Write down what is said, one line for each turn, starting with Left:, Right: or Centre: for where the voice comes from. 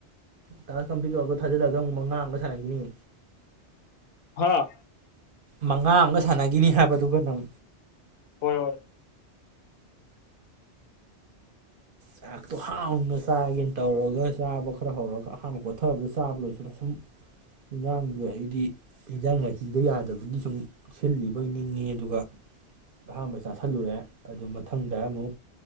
Right: ꯇꯥꯁ ꯀꯝꯄ꯭ꯂꯤꯠ ꯇꯧꯔꯒ ꯊꯥꯖꯤꯜꯂꯒ ꯑꯃꯨꯛ ꯃ ꯉꯥꯡ ꯑꯃꯒ ꯁꯥꯟꯅꯈꯤꯅꯤ
Left: ꯑꯥ
Right: ꯃꯉꯥ ꯑꯃꯒ ꯁꯥꯟꯅꯈꯤꯅꯤ ꯍꯥꯏꯕꯗꯨꯒ ꯅꯪ
Left: ꯍꯣꯏ ꯍꯣꯏ꯫
Right: ꯆꯥꯛꯇꯣ ꯍꯥꯎꯅ ꯆꯥꯒꯦꯅ ꯇꯧꯔꯒ ꯆꯥꯕ ꯈꯔ ꯍꯧꯔꯒ ꯑꯍꯥꯟꯕ ꯈꯣꯊꯕꯗ ꯆꯥꯕꯗꯣꯏꯁꯨꯅ ꯁꯨꯝ ꯏꯟꯖꯥꯡꯗ ꯑꯩꯗꯤ ꯏꯟꯖꯥꯡꯅꯅꯥ ꯍꯤꯕ ꯌꯥꯗꯕꯒꯤ ꯁꯨꯝ ꯁꯤꯜꯂꯤꯕꯅꯤꯡꯉꯤ ꯑꯗꯨꯒ ꯑꯍꯥꯝꯕ ꯆꯥꯥꯁꯜꯂꯨꯔꯦ ꯑꯗꯨ ꯃꯊꯪꯗ ꯑꯃꯨꯛ